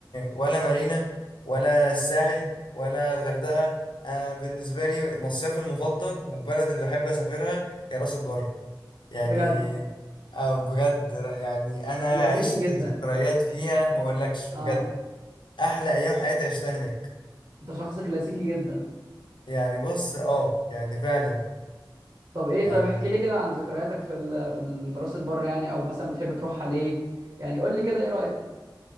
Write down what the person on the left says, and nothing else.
ولا مارينا ولا الساحل ولا الغردقة أنا بالنسبة لي مصيفي المفضل والبلد اللي بحب أسافرها هي راس البر يعني
آه، بجد يعني أنا
عشت
ذكريات فيها ما أقولكش
بجد أحلى أيام حياتي عشتها هناك
يعني بص اه يعني فعلا
يعني